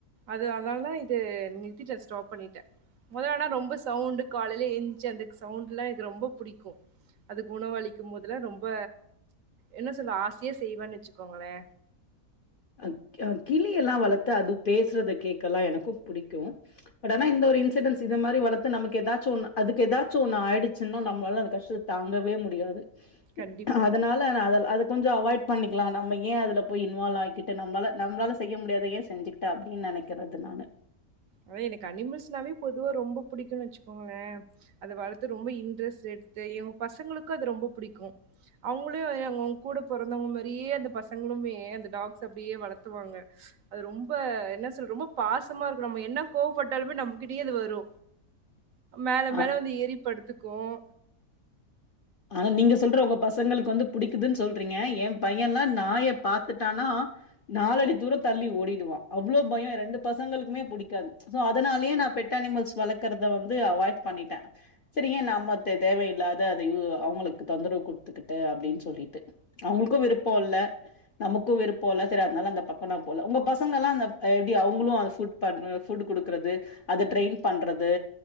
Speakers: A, on the right; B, on the left.
A: அது அதனாலதா இது நிறுத்திட்டே ஸ்டாப் பண்ணிட்டேன் முதல்ல ஆனா ரொம்ப சவுண்டு காலையில எந்திச்சு அந்த சவுண்ட் எல்லா எனக்கு ரொம்ப புடிக்கும் அதுக்கு உணவு அளிக்கு போதுல ரொம்ப என்ன சொல்லு ஆசையா செய்வோன்னு வச்சுக்கோங்களே
B: அம் கிளி எல்லா வளத்து அது பேசுறத கேட்க எல்லா எனக்கு புடிக்கும் பட் ஆனா இந்த ஒரு இன்சிடென்ஸ் இதுமாறி வளத்து நமக்கு ஏதாச்சு ஒன்னு அதுக்கு எதாச்சு ஒன்னு ஆயிச்சின்னா நம்மளால கஷ்ட தாங்கவே முடியாது
A: கண்டிப்பா.
B: அதனால அத அது கொஞ்ச அவாய்ட் பண்ணிக்கலா நம்ம ஏ அதுல போய் இன்வால் ஆகிட் நம்மளால நம்பளால செய்ய முடியாதையே செஞ்சிக்கிட்ட அப்பிடின் நெனைக்கிறது நால
A: அது எனக்கு அனிமல்ஸ்னாவே பொதுவா ரொம்ப புடிக்கும்னு வச்சுக்கோங்களேன் அத வளத்து ரொம்ப இன்ரெஸ்ட் எடுத்து எம் பசங்களுக்கு அது ரொம்ப புடிக்கும் அவுங்களுயும் அவுங்க கூட பொறந்தவங்க மாறியே அந்த பசங்களுமே அந்த டாக்ஸ அப்பிடியே வளத்துவாங்க அது ரொம்ப என்ன சொல்ற ரொம்ப பாசமா இருக் நம்ம என்ன கோவப்பட்டாலுமே நம்மகிட்டயே அது வரு மேல
B: ஆ
A: மேல வந்து எரிப்படுத்து க்கும்
B: ஆனா நீங்க சொல்றவங்க பசங்களுக்கு வந்து புடிக்குதுன்னு சொல்றீங்க ஏ பையனெல்லா நாய பாத்துட்டானா நாளடி தூரம் தள்ளி ஓடிடுவான் அவ்ளவு பயம் ரெண்டு பசங்களுக்குமே புடிக்காது சோ அதனாலயே நா பெட்டானிமல்ஸ் வளர்க்குறத வந்து அவாய்ட் பண்ணிட்டே சரி ஏ நாம தே தேவையில்லாத அதயூவா அவுங்களுக்கு தொந்தரவு குடுத்துக்கிட்டு அப்பிடின்னு சொல்லிட்டு அவுங்களுக்கு விருப்ப இல்ல நமக்கு விருப்போ இல்ல சரி அதனால அந்த பக்க போல உங்க பசங்க எல்லா அந்த ஆ எப்பிடி அவுங்களு அந்த ஃபுட் பண் ஃபுட் குடுக்குறது அத ட்ரெயின் பண்றது